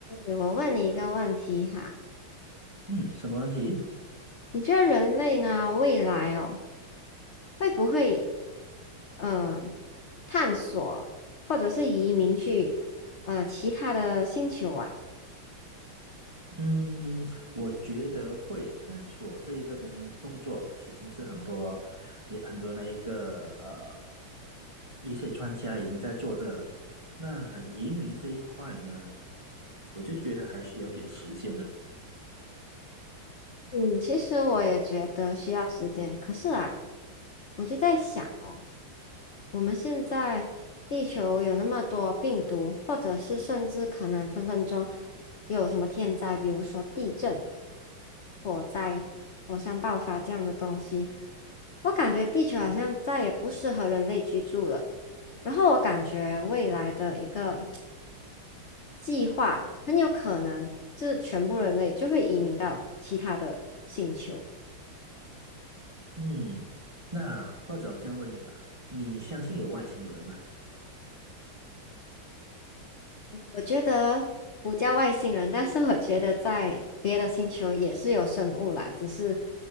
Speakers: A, on the left (about 55°); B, on the right (about 15°).
A: 对我问你一个问题哈，
B: 嗯，什么问题？
A: 你觉得人类呢，未来哦，会不会呃探索或者是移民去呃其他的星球啊？
B: 嗯，我觉得会探索这一个动动作，已经是很多也很多的一个呃一些专家已经在做这了。那移民这一块呢，我就觉得还需要点时间了。
A: 嗯，其实我也觉得需要时间，可是啊，我就在想哦。我们现在地球有那么多病毒，或者是甚至可能分分钟有什么天灾，比如说地震、火灾、火山爆发这样的东西，我感觉地球好像再也不适合人类居住了。然后我感觉未来的一个计划，很有可能就是全部人类就会移民到其他的星球。
B: 嗯，那或者我这样问你吧，你相信有外星人吗？
A: 我觉得不叫外星人，但是我觉得在别的星球也是有生物啦，只是